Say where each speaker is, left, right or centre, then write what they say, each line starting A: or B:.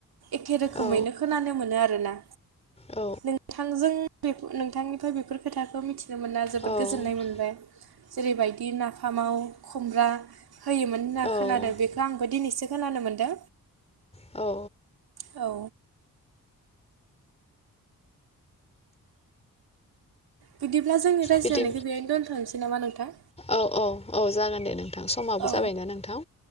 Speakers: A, on the right; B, on the left.
A: एखे रोखोमैनो
B: औ
A: खोनानो मोनो आरोना
B: औ
A: नोंथांजों नोंथांनिफ्राय बेफोर खोथाखौ मिथि मोनना जोबोद
B: औ
A: गोजोननाय मोनबाय जेरैबायदि नाफामाव खुमब्रा होयोमोन होनना
B: औ
A: खोनादों बेखौ आंबो दिनैसो खोनानो मोन्दों
B: औ
A: औ बिदिब्ला जोंनि रायज्लायनायखौ
B: बिदि
A: बेहनो दोन्थ'नोसै नामा नोंथां
B: औ औ औ जागोन दे नोंथां समाबो
A: औ
B: जाबायनाा नोंथां